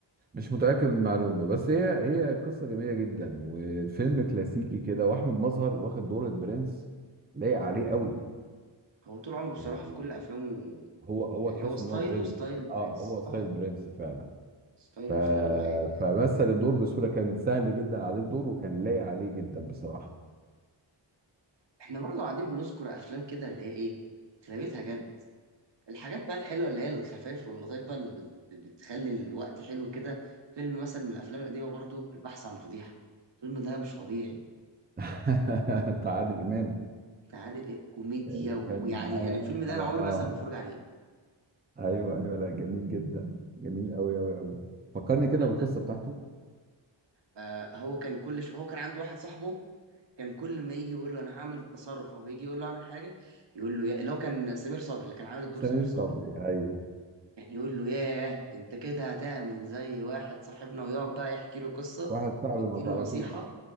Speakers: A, on the right; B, on the right.
A: مش متاكد من المعلومه بس هي هي قصه جميله جدا وفيلم كلاسيكي كده واحمد مظهر واخد دور البرنس لايق عليه
B: أو
A: قوي
B: هو طول عمره بصراحه
A: يعني
B: في كل افلامه
A: هو هو
B: يعني
A: تحس
B: هو ستايله
A: ان هو برنس
B: ستايل
A: يعني
B: برنس
A: اه هو ستايل
B: اه
A: برنس فعلا
B: ستايله
A: ف...
B: ستايله عالي يعني
A: فمثل الدور بسهوله كان سهل جدا عليه الدور وكان لايق عليه جدا بصراحه
B: احنا برضه قاعدين بنذكر افلام كده اللي هي ايه اغلبيتها جد الحاجات بقى الحلوه اللي هي الخفايف واللطايف بقى اللي بت- بتخلي الوقت حلو كده فيلم مثلا من الافلام القديمه برضو البحث عن فضيحه الفيلم ده مش طبيعي
A: <laughs> بتاع عادل امام
B: بتاع عادل امام كوميديا
A: وكان
B: ويعني
A: معاه
B: يعني الفيلم ده
A: اه اه
B: انا عمري مثلا ما اتفرج عليه
A: ايوه ايوه لا جميل جدا جميل قوي قوي قوي فكرني
B: وعندك
A: كده بالقصه بتاعته
B: آه هو كان كل ش... هو كان عنده واحد صاحبه كان كل ما يجي يقول له انا هعمل تصرف او يجي يقول له اعمل حاجه يقول له يا... اللي هو كان سمير صبري اللي كان عامل الدور
A: سمير
B: سمير صبري
A: صبري ايوه
B: كان يقول له ياه انت كده هتعمل زي واحد صاحبنا ويقعد بقى يحكي له قصه
A: واحد صعب
B: ويديله
A: ما تعرفوش
B: نصيحه